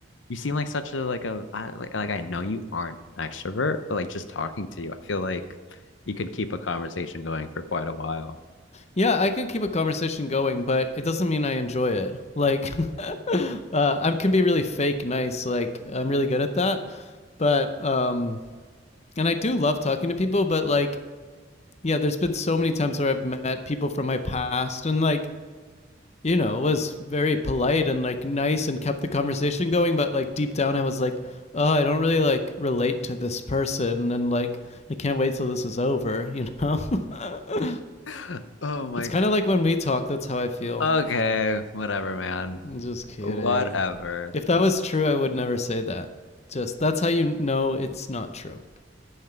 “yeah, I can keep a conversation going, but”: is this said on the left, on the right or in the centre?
Left